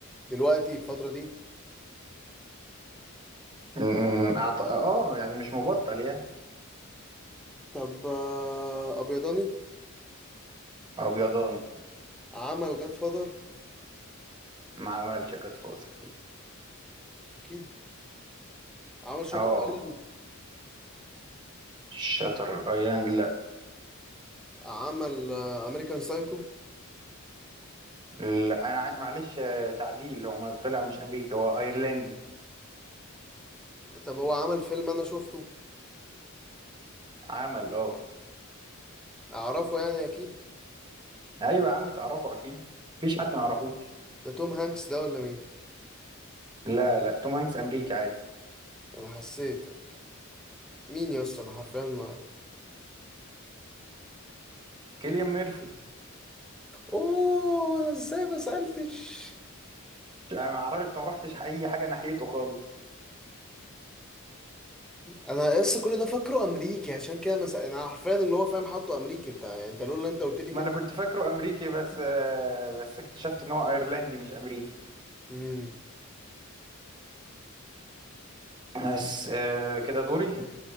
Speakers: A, in the centre; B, on the right.
A: دلوقتي الفترة دي
B: م- أعط... اه يعني مش مبطل يعني
A: طب آه، أبيضاني
B: ابيضان
A: عمل جاد فاذر
B: ما عملش جاد فاذر
A: أكيد عمل شاتر
B: اه
A: ايلاند
B: شاتر ايلاند لا
A: عمل أمريكان سايكو
B: لا انا ع- معلش آه، تعديل هو ما طلع مش امريكي هو ايرلندي
A: طب هو عمل فيلم أنا شفته
B: عمل اه
A: أعرفه يعني أكيد
B: ايوه يا عم تعرفه اكيد مفيش حد ما يعرفوش
A: ده توم هانكس ده ولا مين؟
B: لا لا توم هانكس امريكي عادي
A: أنا حسيت مين يا اسطى أنا حرفيا ما
B: كيليان ميرفي
A: أوه أنا إزاي ما سألتش
B: انا ما اعرفش ما رحتش اي حاجه ناحيته خالص
A: أنا لسه كل ده فاكره أمريكي عشان كده مس... أنا حرفيا اللي هو فاهم حاطه أمريكي أنت يعني أنت لولا أنت قلت لي
B: ما
A: كده
B: انا كنت فاكره امريكي بس آه، بس اكتشفت ان هو ايرلندي مش امريكي
A: امم
B: بس آه، كده دوري